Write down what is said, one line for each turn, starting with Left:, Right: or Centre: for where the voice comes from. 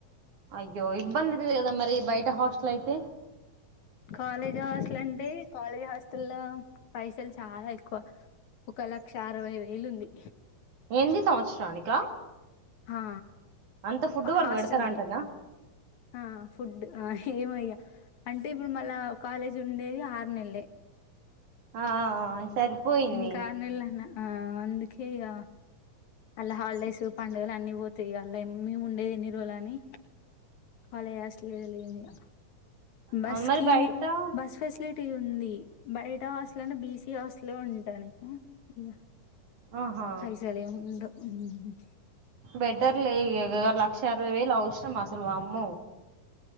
Right: అయ్యో ఇబ్బంది అయితది కదా మరి బయట హాస్టల్ అయితే
Left: కాలేజ్ హాస్టల్ అంటే కాలేజ్ హాస్టల్ లో పైసలు చాలా ఎక్కువ ఒక లక్ష అరవై వేలుంది
Right: ఏంది సంవత్సరానిక
Left: ఆ
Right: అంతా ఫుడ్ వాల్
Left: హాస్టల్కే
Right: పెడతార అంటనా
Left: ఆ ఫుడ్ ఆ ఏమో ఇగ అంటే ఇప్పుడు మళ్ళా కాలేజ్ ఉండేది ఆరు నెల్లే
Right: ఆ సరిపోయింది
Left: ఇంకా అర్నీళ్ళే లనే ఆ అందుకే ఇగ అళ్లా హాలిడేస్ పండుగలు అన్ని పోతాయి అళ్ళ మేము ఉండేది ఎన్ని రోజులు అని కాలేజీ హాస్టల్ లేము ఇగ బస్కి
Right: ఆ, మరి బయట
Left: బస్ ఫెసిలిటీ ఒకటి ఉంది బయట హాస్టల్ అనే బిసీ హాస్టల్ లో ఉంటాను ఇగ
Right: ఆహా
Left: పైసలేం ఉండవ్ ఉమ్
Right: బెటర్లే ఇగ లక్ష అరవై వేలు ఔసరమా వామ్మో